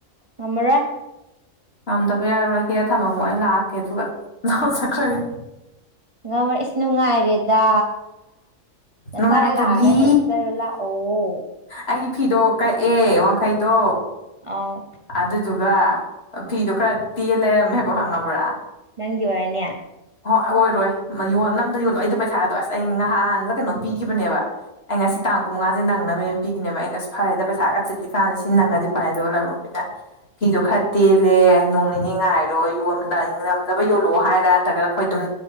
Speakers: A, on the right; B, on the left.
A: ꯉꯝꯃꯔꯣꯏ
B: ꯉꯝꯗꯕ ꯌꯥꯔꯔꯣꯏ ꯍꯦꯛꯒ ꯊꯝꯃꯝꯃꯣ ꯑꯩ ꯂꯥꯛꯀꯦ ꯑꯗꯨꯒ ꯂꯧꯔꯒ ꯆꯠꯈ꯭ꯔꯒꯦ꯫
A: ꯉꯝꯃꯔꯣꯏ ꯏꯁ ꯅꯨꯡꯉꯥꯏꯔꯦꯗ꯫ ꯅꯁꯥꯅ
B: ꯅꯨꯡꯉꯥꯏꯇꯗꯤ
A: ꯂꯥꯛꯑꯒ ꯍꯦꯛꯆꯥꯔꯨ ꯂꯥꯛꯑꯣ꯫
B: ꯑꯩꯒꯤ ꯐꯤꯗꯣ ꯀꯛꯑꯦ ꯋꯥꯡꯈꯩꯗꯣ꯫
A: ꯑꯣ꯫
B: ꯑꯗꯨꯗꯨꯒ ꯐꯤꯗꯣ ꯈꯔ ꯇꯦꯜꯂ ꯂꯩꯔꯝꯃꯦꯕ ꯈꯪꯉꯕ꯭ꯔꯥ꯫
A: ꯅꯪꯒꯤ ꯑꯣꯏꯔꯅꯤ?
B: ꯑꯣꯏꯔꯣꯏ ꯅꯝꯗꯅ ꯌꯣꯜꯂꯣ ꯑꯩꯗꯣ ꯄꯩꯁꯥꯗꯣ ꯑꯁ ꯑꯩ ꯅꯍꯥꯟꯂ ꯀꯩꯅꯣꯝ ꯄꯤꯈꯤꯕꯅꯦꯕ ꯑꯩ ꯉꯁꯤ
A: ꯎꯝ
B: ꯇꯥꯡ ꯀꯨꯟꯃꯉꯥꯁꯦ ꯅꯪꯅꯕꯅꯦꯅ ꯄꯤꯈꯤꯅꯦꯕ ꯑꯩꯅꯁꯨ ꯐꯔꯦꯗ ꯄꯩꯁꯥ ꯈꯔ ꯆꯤꯜꯂꯤꯀꯥꯟꯗ ꯁꯤ ꯅꯪꯉꯗꯤ ꯐꯔꯦ ꯑꯗꯨꯒ ꯂꯂꯣꯟꯕꯤꯅ ꯐꯤꯗꯣ ꯈꯔ ꯇꯦꯜꯂꯦ ꯅꯣꯡ ꯅꯤꯅꯤ ꯉꯥꯏꯔꯣ ꯌꯣꯟ ꯉꯝꯅꯕ ꯌꯣꯜꯂꯣꯑꯣ ꯍꯥꯏꯔ ꯅꯠꯇ꯭ꯔꯒꯅ ꯑꯩꯈꯣꯏ ꯑꯗꯨꯝ